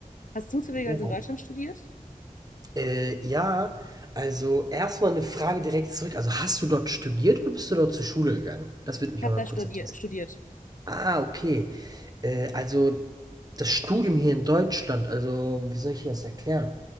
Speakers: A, on the left; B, on the right.
A: Hast du zufälligerweise
B: ja.
A: in Deutschland studiert? Ich
B: Äh, ja, also erstmal eine Frage direkt zurück. Also hast du dort studiert oder bist du dort zur Schule gegangen? Das würde mich
A: habe
B: aber
A: da
B: kurz
A: studier
B: interessieren.
A: studiert.
B: Ah, okay. Äh, also das Studium hier in Deutschland, also wie soll ich dir das erklären?